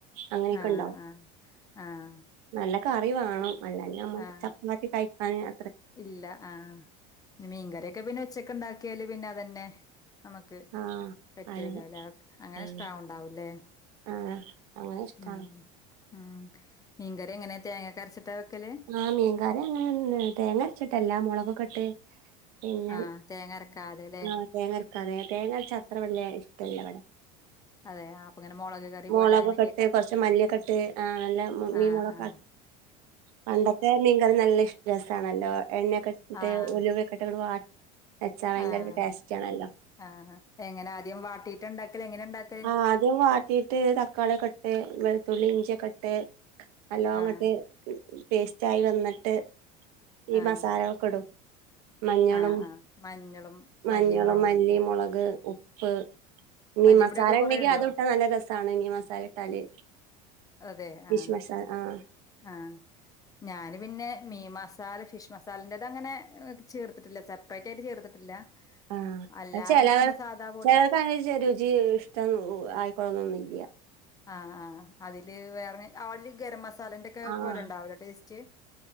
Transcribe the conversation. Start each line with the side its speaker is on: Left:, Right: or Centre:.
Right: അങ്ങനെക്കെ
Left: ആഹ്
Right: ണ്ടാവും.
Left: ആഹ് ആഹ്
Right: നല്ല കറി വാണം. അല്ലാഞ്ഞ നമ്മക്ക്
Left: ആഹ്
Right: ചപ്പാത്തി കഴിക്കാനാ
Left: ഇല്ല ആഹ് ഞ്ഞ്‌ മീൻകറിയൊക്കെ പിന്നെ ഉച്ചക്ക് ഇണ്ടാക്കിയാല് പിന്നെ അതന്നെ നമക്ക്
Right: ആഹ്
Left: പറ്റുല്ലല്ലോ
Right: അതെ
Left: അങ്ങനെ
Right: ആഹ്
Left: ഇഷ്ടാവ്ണ്ടാവ്ല്ലേ
Right: ആഹ് അങ്ങനെ ഇഷ്ടാണ്
Left: ഉം ഉം മീൻകറി എങ്ങനെ തേങ്ങ ഒക്കെ അര്ച്ചിട്ടാ വെക്കല്
Right: ആഹ് മീൻകറി അങ്ങനെ തേങ്ങ അര്ച്ചിട്ടല്ല മൊളകൊക്കെ ഇട്ട് പിന്നെ
Left: ആഹ് തേങ്ങ അരക്കാതെല്ലേ
Right: ആ തേങ്ങര്ക്കാതെ തേങ്ങര്ച്ച അത്ര വല്യ ഇഷ്ടല്ല വടെ
Left: അതെ അപ്പൊ ഇങ്ങനെ മുളക് കറി
Right: മൊളകൊക്കെ
Left: പോലെ അങ്ങനെയൊക്കെക്കാരം
Right: ഇട്ട് കൊർച്ച്
Left: വെക്കണത്
Right: മല്ലി
Left: ല്ലേ
Right: ഒക്കെട്ട് ആ നല്ല മീ
Left: ആഹ്
Right: മൊള <inaudible>
Left: ആഹ്
Right: പണ്ടത്തെ മീൻകറി നല്ല ഇഷ് രസാണല്ലോ എണ്ണയൊക്കെട്ട്
Left: ആഹ് ആഹ്
Right: ഉലുവൊക്കെ ഇട്ട് ങ്ങനെ വാ വെച്ചാ ഭയങ്കര
Left: ആഹ്
Right: ടേസ്റ്റാണല്ലോ
Left: ആഹ് അഹ് എങ്ങനെ ആദ്യം വാട്ടീട്ടാ ഇണ്ടാക്കല് എങ്ങനെ ഇണ്ടാക്ക
Right: ആഹ് അദ്യം വാട്ടീട്ട് തക്കാളിയൊക്കെ ഇട്ട് വെള്ത്തുള്ളി ഇഞ്ചിയൊക്കെ ഇട്ട് നല്ലോം
Left: ആഹ്
Right: ങ്ങട്ട് പേസ്റ്റ് ആയി വന്നിട്ട് ഈ
Left: ആഹ്
Right: മസാലളൊക്കെ ഇടും. മഞ്ഞളും
Left: ആഹ് ആഹ് മഞ്ഞളും
Right: മഞ്ഞളും,
Left: മല്ലിയും മുളകൊക്കെ
Right: മല്ലി, മൊളക്, ഉപ്പ് മീൻ
Left: മല്ലിപ്പൊടിയൊക്കെ
Right: മസാല
Left: കൊറേ
Right: ഉണ്ടെങ്കി
Left: ഇടോ
Right: അത് ഇട്ടാ നല്ല രസാണ് മീൻ മസാല ഇട്ടാല്
Left: അതെ
Right: ഫിഷ്
Left: ആഹ്
Right: മസാല ആഹ്
Left: ആഹ് ഞാന് പിന്നെ മീൻ മസാല ഫിഷ് മസാലന്റത് അങ്ങനെ ചേർത്ത്ട്ടില്ല. സെപ്പ്റേറ്റ് ആയിട്ട് ചേർത്തിട്ടില്ല
Right: ആഹ്
Left: അല്ലാതെ
Right: ചെല
Left: നമ്മള് സാധാ പൊടി
Right: ചേലോൽക്ക് അങ്ങനെ രുചി ഇഷ്ടം ആയിക്കൊള്ളണന്നും ഇല്ല
Left: ആഹ് ആഹ് അതില് വേറെ <unintelligible> ഗരം മസ മസാലന്റെ ഒക്കെ
Right: ആഹ്
Left: പോലെ ഉണ്ടാവില്ലേ ടേസ്റ്റ്